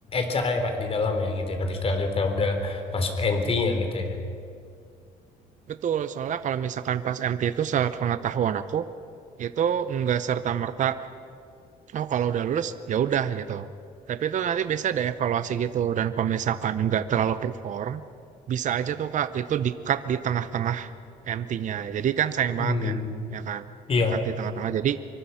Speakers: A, on the left; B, on the right.
A: HR-nya kak di dalam ya gitu ya ketika kita udah masuk MT-nya gitu ya.
B: Betul, soalnya kalau misalkan pas MT itu sepengetahuan aku itu nggak serta-merta Oh, kalau udah lulus ya udah gitu. Tapi itu nanti biasa ada evaluasi gitu dan kalau misalkan nggak terlalu perform, bisa aja tuh Kak itu di-cut di tengah-tengah MT-nya. Jadi kan sayang
A: Hmm.
B: banget ya, ya kan?
A: Iya.
B: Di-cut di tengah-tengah. Jadi